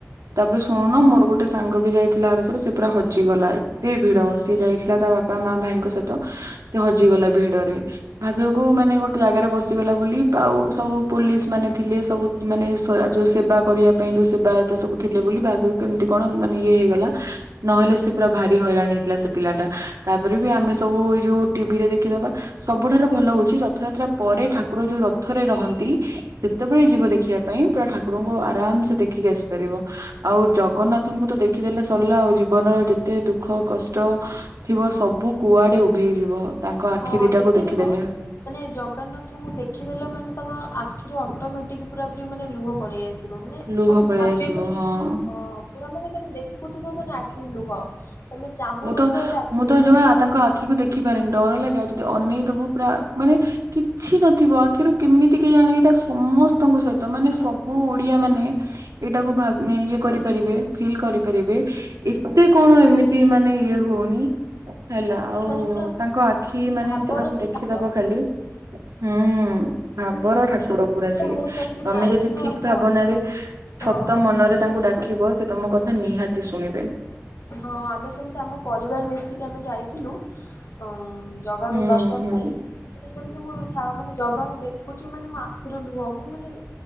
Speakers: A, on the right; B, on the left.
A: ତାପରେ ଶୁଣୁନ ମୋର ଗୋଟେ ସାଙ୍ଗ ବି ଯାଇଥିଲା ଆରଥରକ ସେ ପୁରା ହଜିଗଲା ଏତେ ଭିଡ ସିଏ ଯାଇଥିଲା। ତା ବାପା ମା ଭାଇଙ୍କ ସହିତ ସେ ହଜିଗଲା ଭିଡରେ ଭାଗ୍ୟକୁ ମାନେ ଗୋଟେ ଜାଗାରେ ବସିଗଲା ବୋଲି ଆଉ ସବୁ ପୋଲିସ ମାନେ ଥିଲେ ସବୁ ମାନେ ଯୋଉ ସେବା କରିବା ପାଇଁ ଯୋଉ ସେବାୟତ ସବୁ ଥିଲେ ବୋଲି ଭାବିବ କେମିତି କଣ ମାନେ ଇଏ ହେଇଗଲା। ନହେଲେ ସେ ପୁରା ଭାରି ହଇରାଣ ହେଇଥିଲା ସେ ପିଲାଟା ତାପରେ ବି ଆମେ ସବୁ ଏଇ ଯୋଉ ଟିଭି ରେ ଦେଖିଦବା। ସବୁଠାରୁ ଭଲ ହଉଚି ରଥଯାତ୍ରା ପରେ ଠାକୁର ଯୋଉ ରଥରେ ରହନ୍ତି ସେତେବେଳେ ଯିବ ଦେଖିବା ପାଇଁ ପୁରା ଠାକୁରଙ୍କୁ ଆରାମ ସେ ଦେଖିକି ଆସି ପାରିବ ଆଉ ଜଗନ୍ନାଥଙ୍କୁ ତ ଦେଖିଦେଲେ ସରଲା ଆଉ। ଜୀବନର ଯେତେ ଦୁଃଖ କଷ୍ଟ ଥିବ ସବୁ କୁଆଡେ ଉଭେଇଯିବ। ତାଙ୍କ ଆଖି
B: ହଁ
A: ଦିଟାକୁ
B: ଦେଖିଥିବ
A: ଦେଖିଦେଲେ
B: ମାନେ ଜଗନ୍ନାଥଙ୍କୁ ଦେଖିଦେଲେ ମାନେ ତମ ଆଖିରୁ ଅଟୋମେଟିକ ପୂରା ପୁରୀ ମାନେ ଲୁହ ପଳେଇ ମାନେ
A: ଲୁହ
B: ତମେ
A: ପଳେଇ
B: ଭାବ
A: ଆସିବ
B: ମାନେ
A: ହଁ।
B: ପୁରା ମାନେ ତମେ ଦେଖୁଥିବ ମାନେ ଲୁହ ତମେ ଚାହୁଁନଥିବ
A: ମୁଁ ତ
B: ହେଲେ ଆଖିରୁ
A: ମୁଁ ତ
B: ଲୁହ
A: ଯୋଉ ତାଙ୍କ ଆଖିକୁ ଦେଖିପାରେନି ଡର ଲାଗେ। ଅନେଇଦବୁ ପୁରା ମାନେ କିଛି ନଥିବ ଆଖିରୁ କେମିତି କେହି ଜାଣେ ଏଇଟା ସମସ୍ତଙ୍କ ତ ମାନେ ସବୁ ଓଡିଆ ମାନେ ଏଇଟାକୁ ଭା ଇଏ କରିପାରିବେ ଫିଲ୍ କରିପାରିବେ। ଏତେ କଣ ଏମିତି ମାନେ ଇଏ ହଉନି। ହେଲା ଆଉ
B: ମାନେ ପୁରା
A: ତାଙ୍କ ଆଖି ମାନେ
B: ଭାବର
A: ଦେହକୁ
B: ସେ
A: ଦେଖିଦବ
B: ମାନେ
A: ଖାଲି ହୁଁ ଭାବର ଠାକୁର ପୁରା ସିଏ
B: ମୁଁ ସେମିତି
A: ତମେ
B: ଯାଇଥିଲୁ
A: ଯଦି ଠିକ
B: ଆମ
A: ଭାବନାରେ ସତ
B: ହଁ
A: ମନରେ ତାଙ୍କୁ ଡାକିବ ସେ ତମ କଥା ନିହାତି ଶୁଣିବେ।
B: ହଁ ଆମେ ସେମିତି ଆମ ପରିବାର ମିଶିକି ଆମେ ଯାଇଥିଲୁ ଅ ଜଗାଙ୍କ
A: ହୁଁ
B: ଦର୍ଶନ
A: ହୁଁ
B: ପାଇଁ ସେମିତି ମୁଁ ଠା ମାନେ ଜଗାଙ୍କୁ ଦେଖୁଛି ମାନେ ମୋ ଆଖିରୁ ଲୁହ ମୁଁ ମାନେ